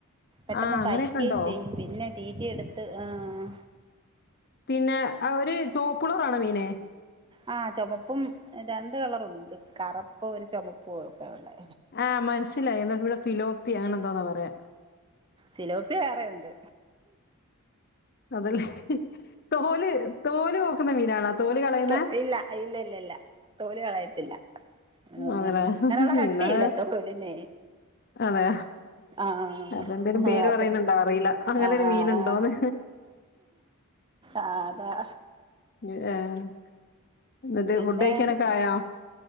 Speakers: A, on the right; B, on the left.
A: പെട്ടെന്ന്
B: ആ അങ്ങനെയൊക്കെ
A: പഴുക്കയും
B: ഉണ്ടോ
A: ചെയ്യും പിന്നെ ട്ടീ റ്റി എടുത്ത് ആഹ്
B: പിന്നെ ഒരു ചോപ്പുളുറാണോ മീന്
A: ആ ചുമപ്പും രണ്ട് കളറുണ്ട് കറപ്പ് ഒരു ചുമപ്പു ഒക്കെയുള്ളെ
B: ആ മൻസ് ലായി. എന്നാ ഇവിടെ ഫിലോപ്പി അങ്ങനെന്തോന്നാ പറയാ.
A: സിലോപ്പി വേറെ ഉണ്ട്.
B: അതല്ലേ തോല് തോല് പോക്കുന്ന മീനാണോ തോല് കളയുന്നെ?
A: തൊ ഇല്ല ഇല്ല ഇല്ല ഇല്ല തോല് കളയത്തില്ല ആഹ്
B: അതേലെ
A: ആഹ് അങ്ങനെയുള്ള കട്ടിയില്ല
B: ഇന്നാ
A: തോലിനെ
B: അതെ
A: ആഹ്
B: അതെന്തേലും
A: ആഹ്
B: പേര് പറയുന്നുണ്ടാവും അറീല്ല അങ്ങനെ
A: ആഹ്
B: ഒരു മീനുണ്ടോന്ന്.
A: അതാ
B: <unintelligible> എന്നിട്ട്
A: പിന്നെ
B: ഫുഡ് കഴിക്കാനൊക്കെ ആയോ